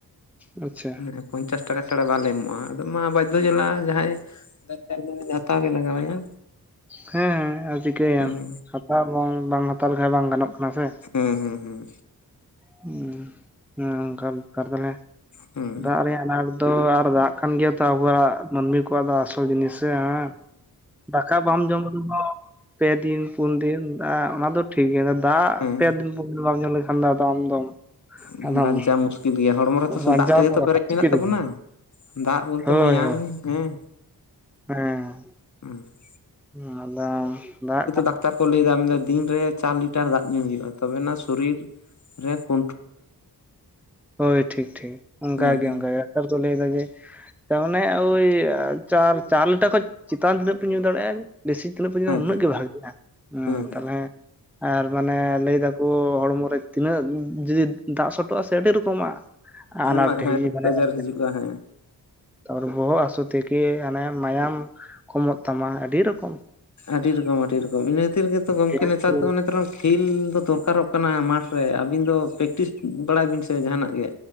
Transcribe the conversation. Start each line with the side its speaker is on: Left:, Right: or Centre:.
Centre: ᱟᱪᱪᱷᱟ᱾
Left: ᱮᱸ ᱯᱚᱧᱪᱟᱥ ᱴᱟᱠᱟ ᱪᱷᱟᱲᱟ ᱵᱟᱞᱮ ᱮᱢᱚᱜᱼᱟ, ᱢᱟ ᱵᱟᱫᱽᱫᱷᱚ ᱡᱟᱞᱟ ᱡᱟᱦᱟᱸᱭ ᱫᱚᱨᱠᱟᱨ ᱫᱚ ᱩᱱᱤ ᱦᱟᱛᱟᱣ ᱜᱮ ᱞᱟᱜᱟᱣᱟᱭᱟ᱾
Centre: ᱦᱮᱸ ᱟᱨ ᱪᱤᱠᱟᱹᱭᱟᱢ
Left: ᱦᱩᱸ
Centre: ᱦᱟᱛᱟᱣ ᱵᱟᱝ ᱵᱟᱝ ᱦᱟᱛᱟᱣ ᱞᱮᱠᱷᱟᱱ ᱵᱟᱝ ᱜᱟᱱᱚᱜ ᱠᱟᱱᱟ ᱥᱮ?
Left: ᱦᱮᱸ ᱦᱮᱸ ᱦᱮᱸ᱾
Centre: ᱦᱩᱸ ᱚᱱᱮ ᱚᱱᱠᱟ ᱵᱮᱠᱟᱨ ᱛᱟᱦᱞᱮ
Left: ᱦᱩᱸ
Centre: ᱫᱟᱜ ᱨᱮᱭᱟᱜ ᱟᱱᱟᱴ ᱫᱚ ᱟᱨ ᱫᱟᱜ ᱠᱟᱱ ᱜᱮᱭᱟ ᱛᱚ ᱟᱵᱚᱣᱟᱜ ᱢᱟᱹᱱᱢᱤ ᱠᱚᱣᱟᱜ ᱫᱚ ᱟᱥᱚᱞ ᱡᱤᱱᱤᱥ ᱥᱮ ᱦᱮᱸ᱾ ᱫᱟᱠᱟ ᱵᱟᱢ ᱡᱚᱢ ᱨᱮᱦᱚ ᱯᱮ ᱫᱤᱱ ᱯᱩᱱ ᱫᱤᱱ ᱫᱟᱜ ᱚᱱᱟ ᱫᱚ ᱴᱷᱤᱠ ᱜᱮᱭᱟ, ᱫᱟᱜ
Left: ᱦᱮᱸ
Centre: ᱯᱮ ᱫᱤᱱ ᱯᱩᱱ ᱫᱤᱱ ᱵᱟᱢ ᱧᱩ ᱞᱮᱠᱷᱟᱱ ᱫᱚ ᱟᱢ ᱫᱚᱢ
Left: ᱦᱩᱸ
Centre: ᱟᱫᱚᱢ
Left: ᱵᱟᱧᱪᱟᱣ ᱢᱩᱥᱠᱤᱞ ᱜᱮᱭᱟ ᱦᱚᱲᱢᱚ ᱨᱮᱛᱚ ᱥᱩᱫᱩ
Centre: ᱵᱟᱧᱪᱟᱣ
Left: ᱫᱟᱜ ᱛᱮᱜᱮ
Centre: ᱫᱚ
Left: ᱛᱚ ᱯᱮᱨᱮᱡ
Centre: ᱢᱩᱥᱠᱤᱞ
Left: ᱢᱮᱱᱟᱜ ᱛᱟᱵᱚᱱᱟ᱾
Centre: ᱜᱮᱭᱟ
Left: ᱫᱟᱜ ᱵᱚᱞᱛᱮ
Centre: ᱦᱳᱭ
Left: ᱢᱟᱭᱟᱝ
Centre: ᱦᱳᱭ
Left: ᱦᱮᱸ
Centre: ᱦᱮᱸ ᱾
Left: ᱦᱩᱸ ᱾
Centre: ᱦᱩᱸ ᱟᱫᱚ ᱫᱟᱜ ᱠᱟᱱ
Left: ᱰᱟᱠᱛᱟᱨ ᱠᱚ ᱞᱟᱹᱭᱫᱟ ᱢᱮᱱᱫᱟ ᱫᱤᱱ ᱨᱮ ᱪᱟᱨ ᱞᱤᱴᱟᱨ ᱫᱟᱜ ᱧᱩ ᱦᱩᱭᱩᱜᱼᱟ ᱛᱚᱵᱮᱱᱟ ᱥᱚᱨᱤᱨ ᱨᱮ ᱠᱚ
Centre: ᱦᱳᱭ ᱴᱷᱤᱠ ᱴᱷᱤᱠ ᱚᱱᱠᱟᱜᱮ
Left: ᱦᱮᱸ ᱦᱮᱸ
Centre: ᱚᱱᱠᱟᱜᱮ ᱰᱟᱠᱴᱟᱨ ᱠᱚ ᱞᱟᱹᱭᱫᱟ ᱡᱮ ᱛᱟ ᱢᱟᱱᱮ ᱳᱭ ᱪᱟᱨ ᱪᱟᱨ ᱞᱤᱴᱟᱨ ᱠᱷᱚᱡ ᱪᱮᱛᱟᱱ ᱛᱤᱱᱟᱹᱜ ᱯᱮ ᱧᱩ ᱫᱟᱲᱮᱭᱟᱜᱼᱟ ᱵᱮᱥᱤ ᱛᱤᱱᱟᱹᱜ ᱯᱮ ᱧᱩᱭᱟ
Left: ᱦᱮᱸ
Centre: ᱯᱮ ᱩᱱᱟᱹᱜ
Left: ᱦᱮᱸ
Centre: ᱜᱮ ᱵᱷᱟᱜᱮᱜᱼᱟ ᱾ ᱩᱸ
Left: ᱦᱮᱸ ᱦᱮᱸ
Centre: ᱛᱟᱦᱚᱞᱮ ᱟᱨ ᱢᱟᱱᱮ ᱞᱟᱹᱭ ᱫᱟᱠᱚ ᱦᱚᱲᱢᱚ ᱨᱮ ᱛᱤᱱᱟᱹᱜ ᱡᱩᱫᱤ ᱫᱟᱜ ᱥᱚᱴᱚᱜᱼᱟ ᱥᱮ ᱟᱹᱰᱤ ᱨᱚᱠᱚᱢᱟᱜ ᱟᱱᱟᱴ
Left: ᱟᱢᱟᱜ ᱦᱮᱸ
Centre: ᱦᱤ
Left: ᱨᱳᱜᱽ
Centre: ᱢᱟᱱᱮ
Left: ᱟᱡᱟᱨ
Centre: <inaudible>
Left: ᱦᱤᱡᱩᱜᱼᱟ ᱦᱮᱸ
Centre: ᱛᱟᱯᱚᱨᱮ ᱵᱚᱦᱚᱜ ᱦᱟᱹᱥᱩ ᱛᱷᱮᱠᱮ ᱦᱟᱱᱮ ᱢᱟᱭᱟᱢ ᱠᱚᱢᱚᱜ ᱛᱟᱢᱟ ᱟᱹᱰᱤ ᱨᱚᱠᱚᱢ ᱾
Left: ᱟᱹᱰᱤ ᱨᱚᱠᱚᱢ ᱟᱹᱰᱤ ᱨᱚᱠᱚᱢ ᱾ ᱤᱱᱟᱹ ᱠᱷᱟᱹᱛᱤᱨ ᱜᱮ ᱛᱚ ᱜᱚᱢᱠᱮ
Centre: ᱜᱮᱥ
Left: ᱱᱮᱛᱟᱨ
Centre: ᱠᱚ
Left: ᱫᱚ ᱚᱱᱮ <inaudible> ᱠᱷᱤᱞ ᱫᱚ ᱫᱚᱨᱠᱟᱨᱚᱜ ᱠᱟᱱᱟ ᱢᱟᱴᱷ ᱨᱮ, ᱟᱹᱵᱤᱱ ᱫᱚ ᱯᱮᱠᱴᱤᱥ ᱵᱟᱲᱟᱭ ᱵᱤᱱ ᱥᱮ ᱡᱟᱦᱟᱸᱱᱟᱜ ᱜᱮ!